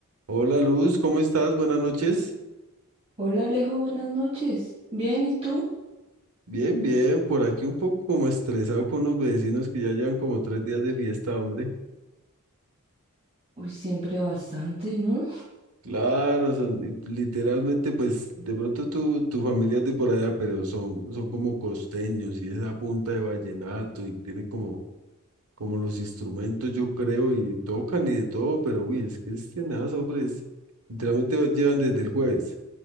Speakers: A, on the right (about 85°); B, on the right (about 30°).
A: Hola Luz, ¿cómo estás? Buenas noches.
B: Hola Alejo, buenas noches. Bien, ¿y tú?
A: Bien, bien, por aquí un poco como estresado con los vecinos que ya llevan como tres días de fiesta, hombre.
B: Uy, siempre bastante, ¿no?
A: Claro, son y literalmente, pues de pronto tu, tu familia es de por allá, pero son, son como costeños y esa punta de vallenato y tienen como, como los instrumentos, yo creo, y tocan y de todo, pero uy, es que es tenaz, hombre, es- literalmente llevan desde el jueves.